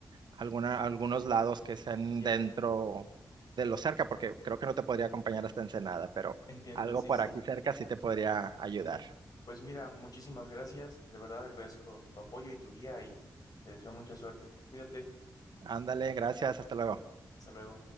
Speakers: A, on the right (about 75°); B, on the left (about 55°).
A: alguna algunos lados que estén
B: Entiendo.
A: dentro de lo cerca, porque creo que no te podría acompañar hasta Ensenada, pero
B: Entiendo,
A: algo
B: sí,
A: por
B: sí.
A: aquí cerca sí te podría ayudar.
B: Pues mira, muchísimas gracias. De verdad agradezco tu apoyo y tu guía y te deseo mucha suerte. Cuídate.
A: Ándale, gracias, hasta luego.
B: Hasta luego.